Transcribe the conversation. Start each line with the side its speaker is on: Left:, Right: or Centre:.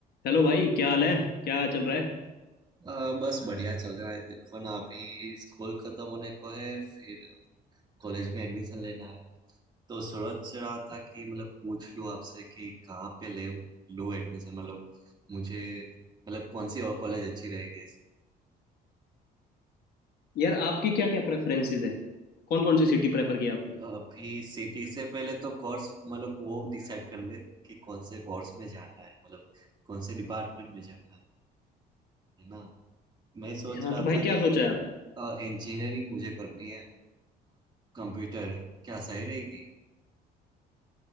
Left: Hello भाई क्या हाल है क्या चल रहा है
Right: अ, बस बढ़िया चल रहा है देखो ना अभी स्कूल खत्म होने को है फिर कॉलेज में एडमिशन लेना है तो सोच रहा था कि मतलब पूछ लूँ आपसे कि कहाँ पे ले लूँ एडमिशन मतलब मुझे मतलब कौन सी और कॉलेज अच्छी रहेगी
Left: यार आपकी क्या क्या प्रेफरेंसेस है कौन कौन सी सिटी प्रेफर की आपने
Right: अभी सिटी से पहले तो कोर्स मतलब वो डिसाइड कर ले कि कौन से कोर्स में जाना है मतलब कौन से डिपार्टमेंट में जाना है है ना मैं सोच
Left: हाँ
Right: रहा
Left: तो भाई
Right: था
Left: क्या
Right: कि
Left: सोचा है आपने
Right: इंजीनियरिंग मुझे करनी है कंप्यूटर क्या सही रहेगी